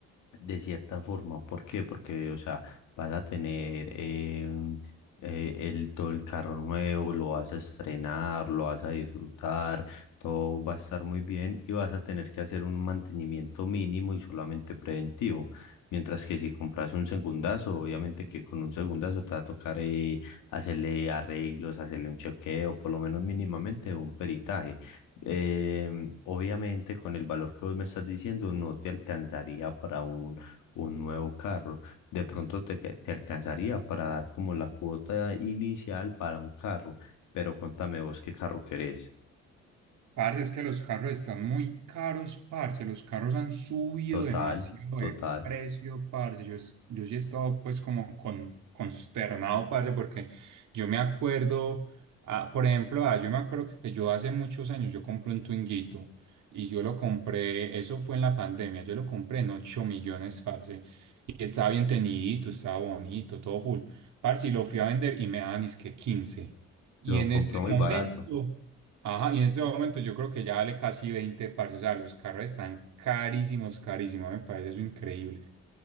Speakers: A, on the left; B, on the right.
A: de cierta forma, ¿por qué? Porque, o sea, vas a tener em, eh, el, todo el carro nuevo, lo vas a estrenar, lo vas a disfrutar, todo va a estar muy bien y vas a tener que hacer un mantenimiento mínimo y solamente preventivo. Mientras que si compras un segundazo, obviamente que con un segundazo te va a tocar eh, hacerle arreglos, hacerle un chequeo, por lo menos mínimamente un peritaje. Em, obviamente, con el valor que vos me estás diciendo, no te alcanzaría para un, un nuevo carro. De pronto te, ca- te alcanzaría para dar como la cuota inicial para un carro, pero contame vos qué carro querés.
B: Parce, es que los carros están muy caros, parce. Los carros han subido
A: Total,
B: demasiado
A: total.
B: de precio, parce. Yo, es- yo sí he estado pues como con, consternado, parce, porque yo me acuerdo, ah, por ejemplo, ah, yo me acuerdo que yo hace muchos años yo compré un Twinguito y yo lo compré, eso fue en la pandemia, yo lo compré en 8 millones, parce. Y estaba bien teñidito, estaba bonito, todo full. Parce, y lo fui a vender y me daban que quince Y
A: Lo
B: en
A: compró
B: este
A: muy
B: momento,
A: barato.
B: ajá, y en este momento yo creo que ya vale casi veinte parce. O sea, los carros están carísimos, carísimos, me parece eso increíble.